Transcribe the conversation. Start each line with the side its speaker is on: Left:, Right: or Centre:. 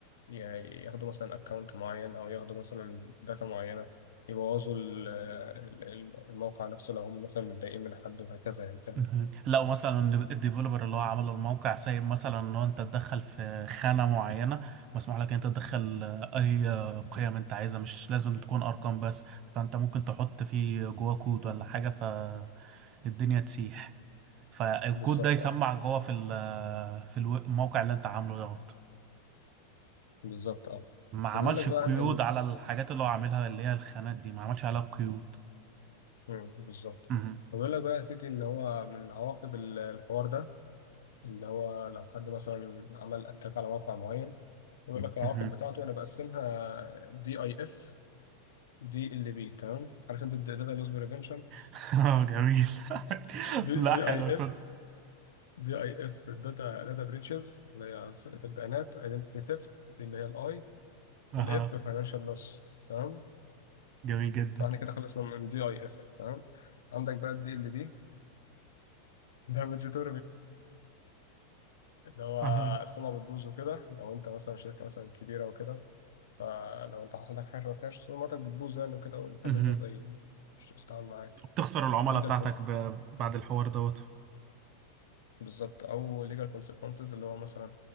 Left: ي- ياخدوا مثلا اكونت معين او ياخدوا مثلا داتا معينه يبوظوا ال- ال- ال- الموقع نفسه لو هم مثلا متضايقين من حد وهكذا يعني فاهم
Right: مهم. لو مثلا الديفلوبر اللي هو عمل الموقع سايب مثلا ان هو انت تدخل في خانة معينة مسموح لك ان انت تدخل اي قيم انت عايزها مش لازم تكون ارقام بس فانت ممكن تحط فيه جوا كود ولا حاجة فالدنيا تسيح فالكود
Left: بالظبط
Right: ده يسمع
Left: اه
Right: جوا في ال- في الو- الموقع اللي انت عامله دوت
Left: بالظبط اه
Right: ما عملش
Left: فبيقول لك بقى
Right: قيود
Left: ان
Right: على الحاجات اللي هو عاملها اللي هي الخانات دي ما عملش عليها قيود
Left: مم، بالظبط
Right: مهم.
Left: ويقول لك بقى يا سيدي ان هو من عواقب ال- الحوار ده اللي هو لو حد مثلا عمل اتاك على موقع معين يقول مم. لك العواقب
Right: مهم.
Left: بتاعته انا بقسمها دي اي اف دي ال بي تمام عارف انت الداتا لوس بريفنشن
Right: <laughs> جميل <laughs>
Left: دي دي
Right: لا حلو
Left: اي
Right: تصدق
Left: اف دي اي اف داتا داتا بريتشز اللي هي سرقة البيانات ايدنتيتي ثيفت دي اللي هي الاي
Right: اها
Left: والاف فاينانشال لوس تمام
Right: جميل جدا
Left: فاحنا كده خلصنا من دي اي اف تمام عندك بقى الدي ال بي دامج تو اللي هو
Right: اها
Left: السمعة بتبوظ وكده لو انت مثلا شركة مثلا كبيرة وكده فلو انت حصل لك حاجة شبه كده سمعتك بتبوظ يعني وكده ومحدش
Right: مهم.
Left: بيرضى ي- يتعامل معاك
Right: بتخسر العملاء
Left: ليجال
Right: بتاعتك
Left: كونس
Right: ب... بعد الحوار دوت
Left: بالظبط او ليجال كونسيكونسز اللي هو مثلا